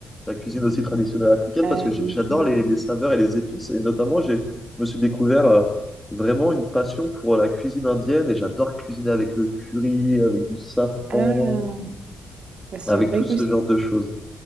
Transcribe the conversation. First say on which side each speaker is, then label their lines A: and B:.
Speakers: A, in the centre; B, on the right.
A: la cuisine aussi traditionnelle africaine
B: Euh,
A: parce que j'ai-
B: oui.
A: j'adore les, les saveurs et les épices. Et notamment, j'ai, je me suis découvert euh, vraiment une passion pour la cuisine indienne et j'adore cuisiner avec le curry, avec du safran,
B: ah, bah, c'est
A: avec
B: vrai
A: tout ce
B: que
A: genre de choses.